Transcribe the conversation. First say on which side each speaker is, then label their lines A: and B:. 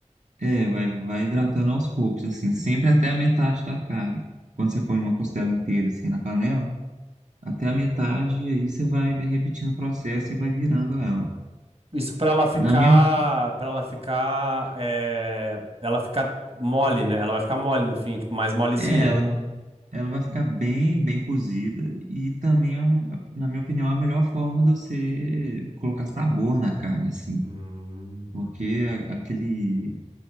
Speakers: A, on the right; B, on the right.
A: é, vai, vai hidratando aos poucos, assim, sempre até a metade da carne. Quando você põe uma costela inteira, assim, na panela, até a metade, e aí você vai, vai repetindo o processo e vai virando ela.
B: Isso para ela ficar,
A: Na minha,
B: para ela ficar, é, ela ficar mole, né? Ela vai ficar mole no fim, tipo, mais molezinha.
A: é, ela, ela vai ficar bem, bem cozida e também, é um- na minha opinião, é a melhor forma de você colocar sabor na carne, assim.
B: Hum,
A: porque a- aquele